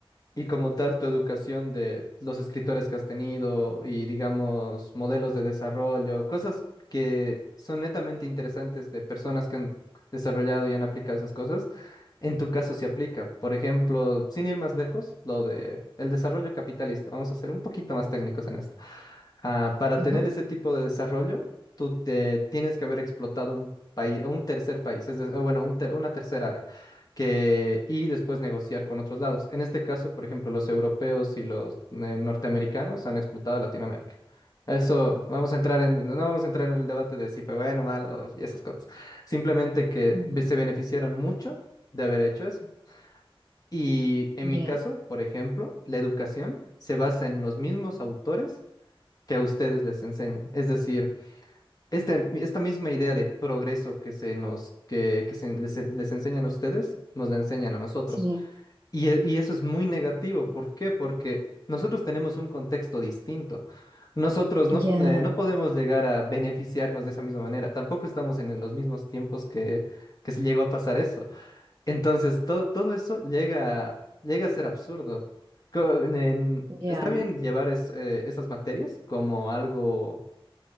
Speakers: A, on the left; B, on the right.
A: Y como tal, tu educación de los escritores que has tenido y, digamos, modelos de desarrollo, cosas que son netamente interesantes de personas que han desarrollado y han aplicado esas cosas, en tu caso se aplica. Por ejemplo, sin ir más lejos, lo de el desarrollo capitalista. Vamos a ser un poquito más técnicos en esto. Ah, para
B: Ajá.
A: tener ese tipo de desarrollo, tú te tienes que haber explotado un país o un tercer país, es de- o bueno, un ter- una tercera área que, y después negociar con otros lados. En este caso, por ejemplo, los europeos y los eh, norteamericanos han explotado Latinoamérica. Eso, vamos a entrar en, no vamos a entrar en el debate de si fue bueno, malo y esas cosas. Simplemente que
B: Ujú,
A: be- se beneficiaron mucho de haber hecho eso. Y en
B: Ya,
A: mi caso, por ejemplo, la educación se basa en los mismos autores que a ustedes les enseñan. Es decir, este- esta misma idea de progreso que se nos, que, que se les les enseñan a ustedes, nos la enseñan a nosotros.
B: sí,
A: Y, e- y eso es muy negativo. ¿Por qué? Porque nosotros tenemos un contexto distinto. Nosotros no,
B: ya,
A: eh, no podemos llegar a beneficiarnos de esa misma manera. Tampoco estamos en los mismos tiempos que, que se llegó a pasar eso. Entonces, todo, todo eso llega, llega a ser absurdo. Co- en-
B: ya,
A: está bien llevar es- eh, esas materias como algo